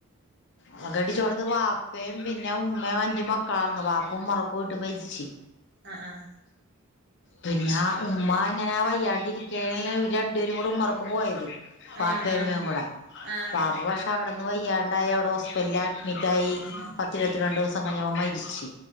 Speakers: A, on the left; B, on the right.
A: ഓളകെട്ടിച്ചോട്ത്ത് വാപ്പയും പിന്നെ ഉമ്മയും അഞ്ചും മക്കളായിരുന്നു വാപ്പ ഉമ്മറക്കോയിട്ട് മരിച്ച്.
B: ആഹ് ആഹ്
A: പിന്നെ ഉമ്മ ഇങ്ങനെ വയ്യാണ്ടിരിക്കേണല്ലോ ഇവര് രണ്ടുപേരും കൂടെ ഉമ്മറക്ക് പോയത്. ബാപ്പയും
B: ആഹ് ആഹ്
A: ഉമ്മയും കൂടെ.
B: ആഹ്
A: ബാപ്പ പക്ഷെ അവെടന്ന് വയ്യാണ്ടായി അവടെ ഹോസ്പിറ്റൽല് അഡ്മിറ്റായി. പത്തിരത്തിരണ്ടൂസം കഴിഞ്ഞപ്പം മരിച്ച്.